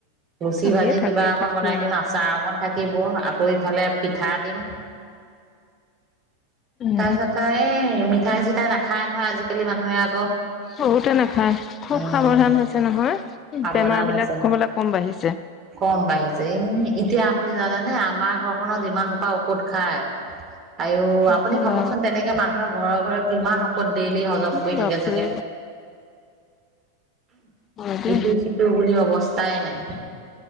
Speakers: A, on the right (about 30°); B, on the left (about 30°).
A: লুচি
B: থাকে
A: ভাজি
B: থাকে
A: কিবা অকন
B: থাকে
A: বনাই দিম
B: অ
A: আ চাহ অকণ থাকিব, আকৌ ইফালে পিঠা দিম
B: উম
A: তাৰপিছত আ এই মিঠাই চিঠাই নাখায় নহয় আজিকালি মানুহে আকৌ
B: বহুতে নাখায় খুব
A: উম
B: সাৱধান হৈছে নহয়
A: সাৱধান
B: বেমাৰ বিলাক
A: আছে
B: কবলৈ কম বাঢ়িছে
A: কম বাঢ়িছে ইম এতিয়া আপুনি জানেনে আমাৰ ঘৰখনত যিমান সোপা ঔষধ খায় আই অ
B: নকবা
A: আপুনি ভাবকচোন তেনেকে মানুহৰ ঘৰেৰ ঘৰে কিমান ঔষধ ডেইলি হজম
B: আৰু
A: কৰি
B: বাপৰে
A: থাকে চাগে
B: হয় দেই
A: ইটো সিটো বুলি অৱস্থাই নাই